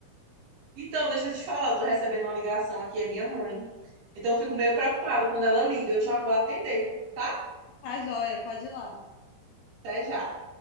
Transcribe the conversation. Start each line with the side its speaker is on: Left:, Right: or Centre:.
Right: Então, deixa eu te falar, eu tô recebendo uma ligação aqui, é minha mãe. Então, eu fico meio preocupada quando ela liga, eu já vou atender, tá?
Left: Tá joia, pode ir lá.
Right: Até já.